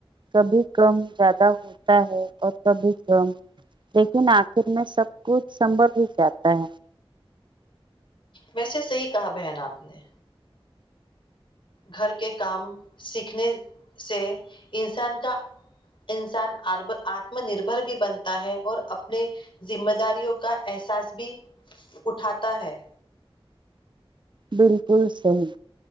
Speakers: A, on the right (about 55°); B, on the left (about 65°).
A: کبھی کم زیادہ ہوتا ہے اور کبھی کم لیکن آخر میں سب کچھ سنبھل ہی جاتا ہے
B: ویسے صحیح کہا بہن آپ نے گھر کے کام سیکھنے سے انسان کا انسان آتم نربر بھی بنتا ہے اور اپنے ذمہ داریوں کا احساس بھی اٹھاتا ہے
A: بالکل صحیح